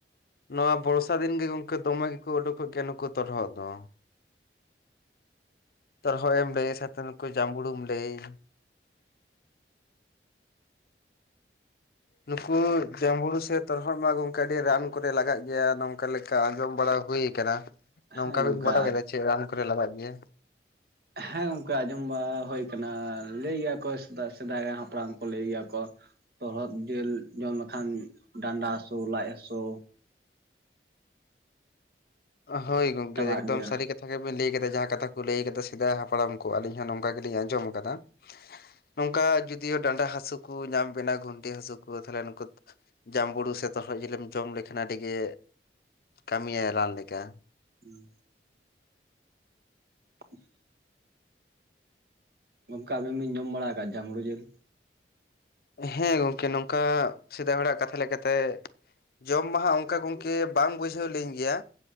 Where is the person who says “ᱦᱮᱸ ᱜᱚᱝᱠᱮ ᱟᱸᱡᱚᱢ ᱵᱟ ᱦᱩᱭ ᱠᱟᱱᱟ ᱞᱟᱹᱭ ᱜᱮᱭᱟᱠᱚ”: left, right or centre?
Right